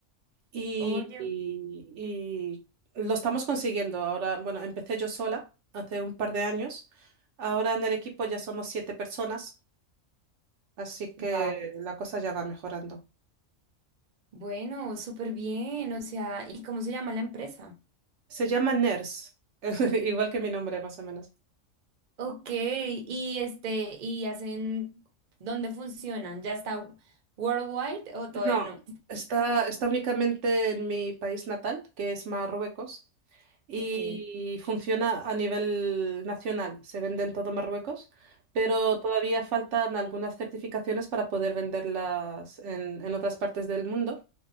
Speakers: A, on the right; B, on the right.
A: y,
B: Oye,
A: y- y lo estamos consiguiendo. Ahora, bueno, empecé yo sola hace un par de años. Ahora en el equipo ya somos siete personas, así que
B: wow.
A: la cosa ya va mejorando.
B: Bueno, súper bien. O sea, ¿y cómo se llama la empresa?
A: Se llama NERS, <laughs> igual que mi nombre más o menos.
B: Ok, y este, ¿y hacen dónde funcionan? ¿Ya está worldwide o todavía
A: No,
B: no?
A: está, está únicamente en mi país natal, que es Marruecos, y
B: Ok.
A: funciona a nivel nacional. Se vende en todo Marruecos, pero todavía faltan algunas certificaciones para poder venderlas en, en otras partes del mundo.